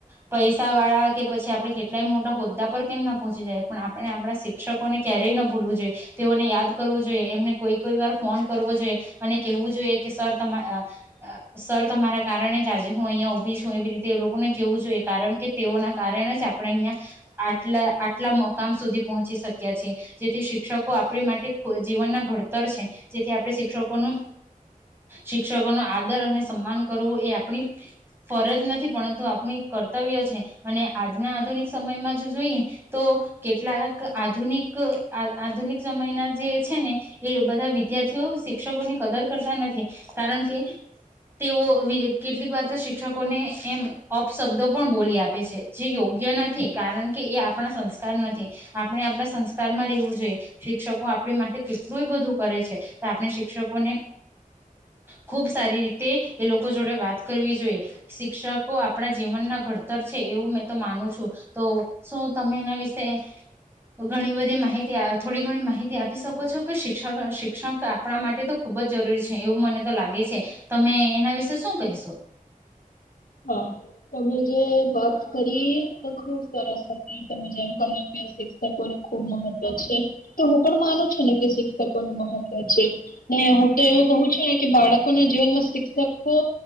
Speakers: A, on the right; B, on the left.
A: પૈસા વાળા કે પછી. આપડણે કેટલાય મોટા હોદ્દા પર કેમ ના પહોંચી જાય, પણ આપણે આપણા શિક્ષકોને ક્યારેય ના ભૂલવું જોઈએ. તેઓને યાદ કરવું જોઈએ, એમને કોઈ કોઈ વાર ફોન કરવો જોઈએ, અને કેહેવું જોઈએ કે સર તમા સર તમારા કારણે જ આજે હું અહીયાંયા ઊભી છું. એવી રીતે લોકોને કેવું જોઈએ. કારણ કે તેઓના કારણે જ આપણે અહિયાં આટલા આટલા મુકામ સુધી પહોંચી શક્યા છીએ. જેથી શિક્ષકો આપણી માટે જીવનના ઘડતર છે. જેથી આપણે શિક્ષકોનું શિક્ષકો ન આદર અને સન્માન કરવું, એ આપણી ફરજ નથી પરંતુ આપણ કર્તવ્ય છે. અને આજના આધુનિક સમયમાં જો જોઈએ. તો કેટલાક આધુનિક આધુનિક સમયના જે છે, ને એ બધા વિદ્યાર્થીઓ શિક્ષકોની કદર કરતા નથી, કારણ કે તેઓ કેટલીક વાર તો શિક્ષકોને એમપ શબ્દો પણ બોલી આપે છે. જે યોગ્ય નથી કારણ કે એ આપણા સંસ્કાર નથી આપણે આપણા સંસ્કારમાં રહેેવું જોઈએ. શિક્ષકો આપણી માટે કેટલું બધું કરે છે, તો આપણે શિક્ષકોને ખુબ સારી રીતે એ લોકો જોડે વાત કરવી જોઈએ. શિક્ષકો આપણા જીવનના ઘડતર છે. એવું મેં તો માનું છું, તો શું તમે એના વિશે ઘણી બધી માહિતી થોડી ઘણી માહિતી આપી શકો છો, કે શિક્ષક શિક્ષક આપણા માટે તો ખૂબ જ જરૂરી છે. એવું મને તો લાગે છે, તમે એના વિશે શું કહેશો?
B: હ મે જે વાત કરી તો ખુબ સરસ હતી તમે જેમ કહ્યું કે શિક્ષકોને ખુબ મહત્વ છે. તો હું પણ માનું છું, ને કે શિક્ષકો નું મહત્વ છે, ને હું તો એવું કહું છે, ને કે બાળકો ના જીવનમાં શિક્ષકો